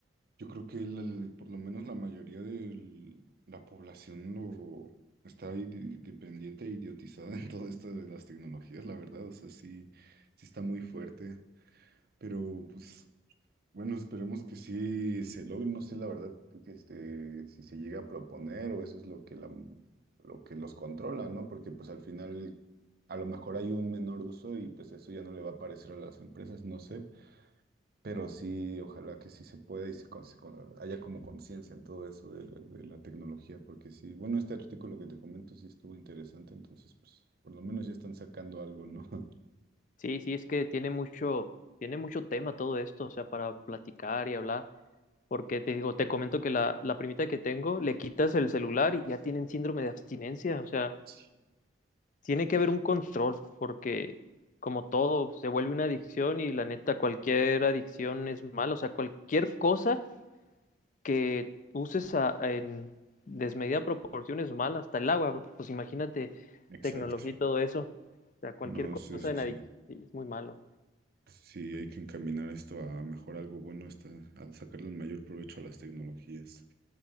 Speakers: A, on the right; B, on the left.
A: Yo creo que el- el- por lo menos la mayoría de la población lo está ahí di- dependiente e idiotizada <laughs> en todo esto de las tecnologías, la verdad. O sea, sí, sí está muy fuerte. Pero pues Bueno, esperemos que sí se logre. No sé la verdad que este, si se llega a proponer o eso es lo que la, lo que los controla, ¿no? Porque pues al final a lo mejor hay un menor uso y pues eso ya no le va a parecer a las empresas, no sé. Pero sí, ojalá que sí se pueda y se, con- se con- haya como conciencia en todo eso de, de- de la tecnología, porque sí, bueno, este artículo que te comento sí estuvo interesante, entonces pues por lo menos ya están sacando algo, ¿no? <laughs>
B: sí, sí, es que tiene mucho, tiene mucho tema todo esto, o sea, para platicar y hablar. Porque te digo, te comento que la, la primita que tengo le quitas el celular y ya tienen síndrome de abstinencia, o sea,
A: Sí.
B: Tiene que haber un control, porque como todo, se vuelve una adicción y la neta, cualquier adicción es mala. O sea, cualquier cosa que uses a- a- en desmedida proporción es mala, hasta el agua. Pues imagínate
A: Exacto.
B: tecnología y todo eso. O sea, cualquier
A: No,
B: cosa
A: sí, sí,
B: en
A: sí.
B: adicción es muy malo.
A: Sí, hay que encaminar esto a mejor algo bueno, está, a sacarle el mayor provecho a las tecnologías,